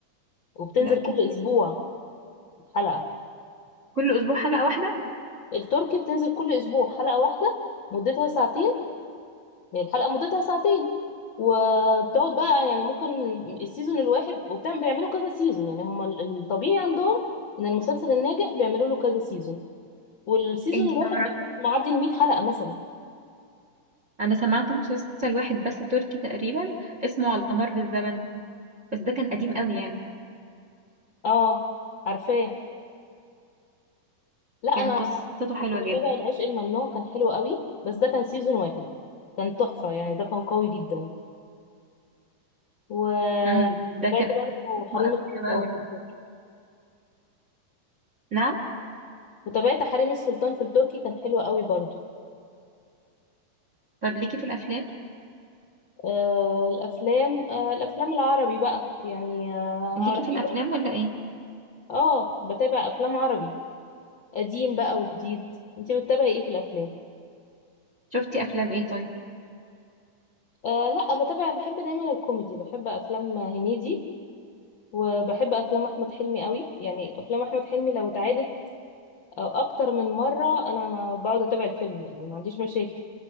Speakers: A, on the left; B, on the right.
A: وبتنزل
B: لا كتير
A: كل أسبوع حلقة
B: كل اسبوع حلقة واحدة
A: التركي بتنزل كل أسبوع حلقة واحدة مدتها ساعتين هي الحلقة مدتها ساعتين وبتقعد بقى يعني ممكن السيزون الواحد وبتعمل بيعملوا كذا سيزون يعني هما ال- الطبيعي عندهم ان المسلسل الناجح بيعملوا له كذا سيزون والسيزون
B: انت
A: الواحد
B: فعلا-
A: بيكون معدي ال 100 حلقة مثلا
B: انا سمعت مسلسل واحد بس تركي تقريبا اسمه على مر الزمن بس ده كان قديم قوي يعني
A: اه عارفاه لا انا
B: كان قصته حلوه
A: كنت بتابع
B: جدا
A: العشق الممنوع كان حلو قوي بس ده كان سيزون واحد كان تحفة يعني ده كان قوي جدا وتابعت
B: امم ده كان
A: برضه
B: اسمه
A: حريم
B: قبلنا
A: السلطان
B: بقى ولا
A: في التركي
B: نعم
A: وتابعت حريم السلطان في التركي كان حلو قوي برضه
B: طب ليكي في الافلام
A: آه الافلام آه الافلام العربي بقى يعني آه
B: ليكي
A: عربي
B: في الافلام
A: اه
B: ولا ايه
A: اه بتابع افلام عربي قديم بقى وجديد انتي بتتابعي ايه في الافلام
B: شفتي افلام ايه طيب
A: آه لا بتابع بحب دايما الكوميدي بحب افلام هنيدي وبحب افلام احمد حلمي قوي يعني افلام احمد حلمي لو اتعادت او اكتر من مره انا ما بقعد اتابع الفيلم يعني ما عنديش مشاكل